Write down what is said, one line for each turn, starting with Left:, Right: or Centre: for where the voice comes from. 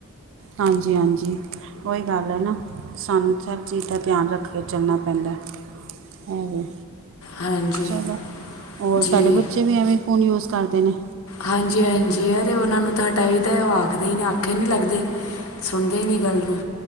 Right: ਹਾਂਜੀ-ਹਾਂਜੀ ਉਹੀ ਗੱਲ ਹੈ ਨਾ, ਸਾਨੂੰ ਸਰ ਚੀਜ਼ ਦਾ ਧਿਆਨ ਰੱਖ ਕੇ ਚੱਲਣਾ ਪੈਂਦਾ। ਵੇ
Left: ਹਾਂਜੀ
Right: ਚਲੋ ਹੋਰ
Left: ਜੀ
Right: ਤੁਹਾਡੇ ਬੱਚੇ ਵੀ ਐਵੇਂ ਫ਼ੋਨ ਯੂਜ ਕਰਦੇ ਨੇ।
Left: ਹਾਂਜੀ-ਹਾਂਜੀ ਯਾਰ ਉਹਨਾਂ ਨੂੰ ਤਾਂ ਹਟਾਈ ਦਾ, ਉਹ ਆਖਦੇ ਹੀ ਨਹੀਂ ਆਖੇ ਨੀ ਲੱਗਦੇ। ਸੁਣਦੇ ਨੀ ਗੱਲ ਨੂੰ